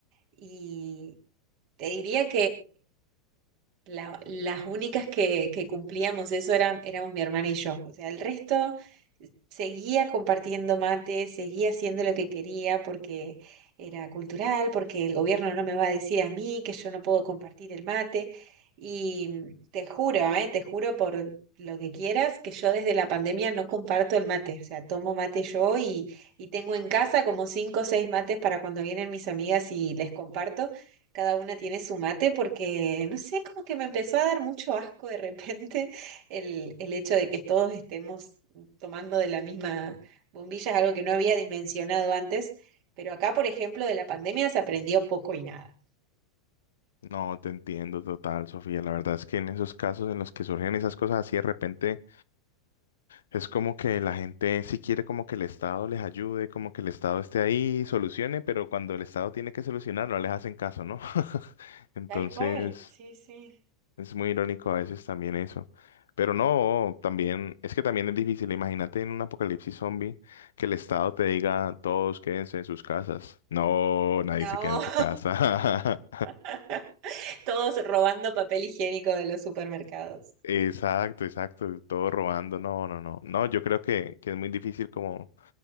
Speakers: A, on the right; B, on the left.
A: Y te diría La- las únicas que, que cumplíamos eso eran, éramos mi hermana y yo. O sea, el resto seguía compartiendo mate, seguía haciendo lo que quería porque era cultural, porque el gobierno no me va a decir a mí que yo no puedo compartir el mate. Y te juro, eh, te juro por lo que quieras, que yo desde la pandemia no comparto el mate. O sea, tomo mate yo y, y tengo en casa como cinco o seis mates para cuando vienen mis amigas y les comparto cada una tiene su mate porque, no sé, como que me empezó a dar mucho asco de repente <laughs> el, el hecho de que todos estemos tomando de la misma bombilla, es algo que no había dimensionado antes, pero acá, por ejemplo, de la pandemia se aprendió poco y nada.
B: no, te entiendo total, Sofía, la verdad es que en esos casos en los que surgen esas cosas así de repente, es como que la gente sí quiere como que el Estado les ayude, como que el Estado esté ahí y solucione, pero cuando el Estado tiene que solucionar no les hacen caso, ¿no? <laughs> Entonces...
A: Tal cual, sí, sí.
B: Es muy irónico a veces también eso. Pero no, también, es que también es difícil. Imagínate en un apocalipsis zombie que el Estado te diga todos quédense en sus casas. No, nadie
A: No,
B: se queda en su casa.
A: <laughs> todos robando papel higiénico de los supermercados.
B: <laughs> Exacto, exacto. Todo robando. No, no, no. No, yo creo que, que es muy difícil como,